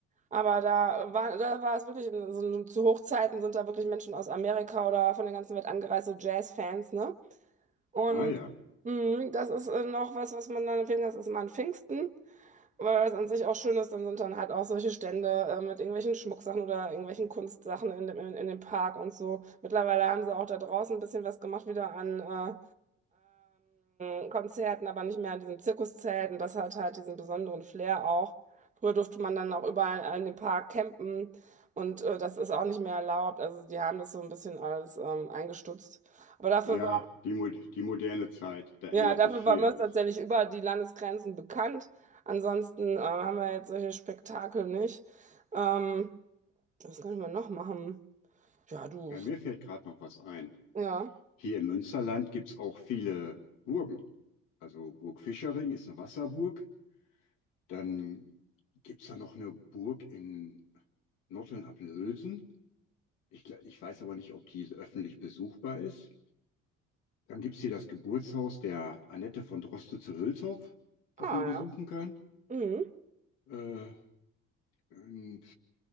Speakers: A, on the right; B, on the left.
A: Aber da war, da war es wirklich, in, so, zu Hochzeiten sind da wirklich Menschen aus Amerika oder von der ganzen Welt angereist, so Jazz-Fans, ne? Und
B: ah ja.
A: mh, das ist äh, noch was, was man dann empfehlen kann, das ist immer an Pfingsten. Weil was an sich auch schön ist, dann sind dann halt auch solche Stände äh, mit irgendwelchen Schmucksachen oder irgendwelchen Kunstsachen in dem, in, in dem Park und so. Mittlerweile haben sie auch da draußen ein bisschen was gemacht, wieder an äh, ähm, Konzerten, aber nicht mehr an diesem Zirkuszelt. Und das hat halt diesen besonderen Flair auch. Früher durfte man dann auch überall in dem Park campen und äh, das ist auch nicht mehr erlaubt. Also die haben das so ein bisschen alles ähm, eingestutzt. Aber dafür
B: Ja,
A: war
B: die, Mo die moderne Zeit, da ändert
A: ja, dafür
B: sich viel.
A: war Mörs tatsächlich über die Landesgrenzen bekannt. Ansonsten äh, haben wir jetzt solche Spektakel nicht. Ähm, was können wir noch machen? Ja, du.
B: Ja, mir fällt gerade noch was ein.
A: Ja.
B: Hier im Münsterland gibt es auch viele Burgen. Also Burg Fischering ist eine Wasserburg. Dann gibt es da noch eine Burg in Notteln-Apelhülsen. Ich, gl- ich weiß aber nicht, ob die öffentlich besuchbar ist. Dann gibt es hier das Geburtshaus der Annette von Droste zu Hülshoff, das
A: Ah,
B: man besuchen
A: ja.
B: kann.
A: Mhm.
B: Äh, und